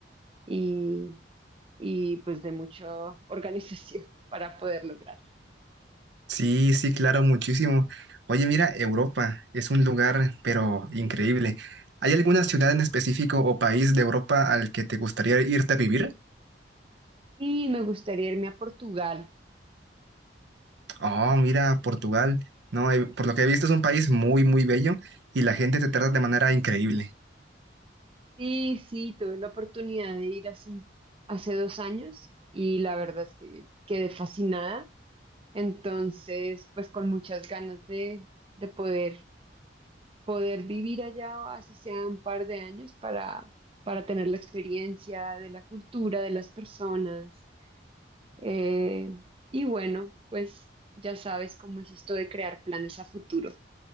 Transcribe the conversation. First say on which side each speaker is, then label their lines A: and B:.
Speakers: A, on the right; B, on the right.
A: y, y pues de mucha organización <laughs> para poder lograrlo.
B: Sí, sí, claro, muchísimo. Oye, mira, Europa es un lugar, pero increíble. ¿Hay alguna ciudad en específico o país de Europa al que te gustaría irte a vivir?
A: Y me gustaría irme a Portugal.
B: Oh, mira, Portugal. No, eh, por lo que he visto es un país muy, muy bello y la gente te trata de manera increíble.
A: Sí, sí, tuve la oportunidad de ir hace, un- hace dos años y la verdad es que quedé fascinada. Entonces, pues con muchas ganas de, de poder poder vivir allá, así sea un par de años, para, para tener la experiencia de la cultura, de las personas. Eh, y bueno, pues ya sabes cómo es esto de crear planes a futuro.